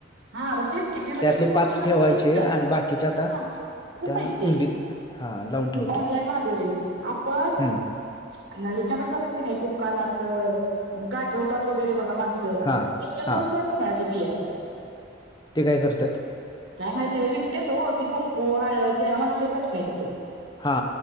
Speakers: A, on the right; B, on the left.
A: हा मग तेच कि, ते लक्ष्मीपूजनला
B: त्यातले पाच ठेवायचे
A: पण पुजतात
B: आणि बाकीचे आता
A: हा. खूप
B: त्या
A: आहेत ते
B: कुंडीत हा लावून ठेवतो
A: ऑनलाईन मागवलय आपण
B: हम्म
A: ह्याच्याकडं जातो की नाही, दुकानात गाट ठेवतात वगैरे बघा माणसं
B: हा
A: त्यांच्याजवळ
B: हा
A: सुद्धा कमळाच्या बिया असतात.
B: ते काय करत्यात?
A: काय माहित नाही बघा विकत्यात ओ ती कुंकू हळद घ्यायला माणसं येतात की नाही तिथं.
B: हा